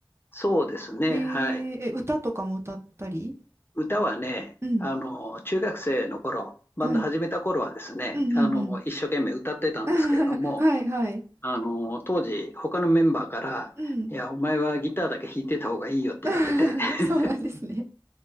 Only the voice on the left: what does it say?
そうですね。
はい。
歌はね、
あの、中学生の頃、バンド始めた頃はですね、
あの、一生懸命歌ってたんですけれども、
あの、当時、他のメンバーから、
いや、お前はギターだけ弾いてた方がいいよって言われて、
<laughs>